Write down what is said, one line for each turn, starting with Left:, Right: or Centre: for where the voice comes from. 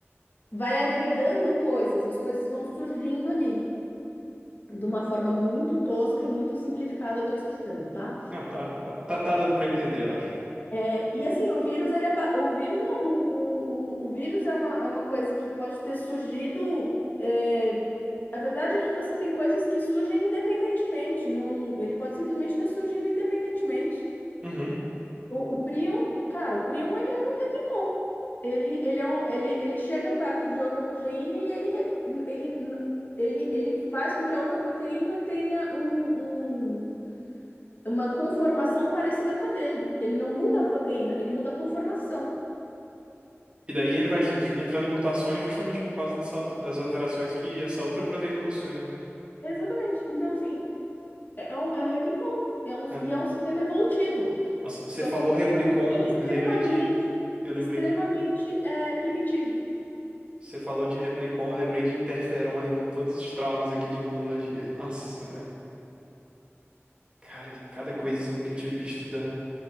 Left: vai agregando coisas, as coisas vão surgindo ali. De uma forma muito tosca e muito simplificada, eu tô explicando, tá?
Right: Não, tá, tá, tá, tá dando pra entender, eu acho.
Left: É, e assim, o vírus, ele é ba- o vírus não, o, o, o, o vírus é uma, é uma coisa que pode ter surgido. é, a verdade é que você tem coisas que surgem independentemente, não, ele pode simplesmente ter surgido independentemente.
Right: Uhum.
Left: O, o prion, cara, o prion ele é um replicon. Ele, ele, é um, ele, ele chega perto de outra proteína e ele, rep- ele, n- ele, ele faz com que a outra proteína tenha um, um- uma conformação parecida com a dele. Ele não muda a proteína, ele muda a conformação.
Right: E daí ele vai ju- entrando em mutações justamente por causa dessas as alterações que essa outra proteína possui, né?
Left: Exatamente. Então, assim, é é um, é um replicon. É um,
Right: É
Left: e é um sistema evolutivo.
Right: Nossa, você
Left: Só
Right: falou
Left: que é um sistema
Right: Replicon,
Left: evolutivo extremamente,
Right: me lembrei de. Eu lembrei
Left: extremamente
Right: de.
Left: é, primitivo.
Right: Você falou de Replicon, eu lembrei de Interferon e viu todos os traumas aqui de imunologia. Nossa senhora. Cara, cada coisinha que eu tive que estudar.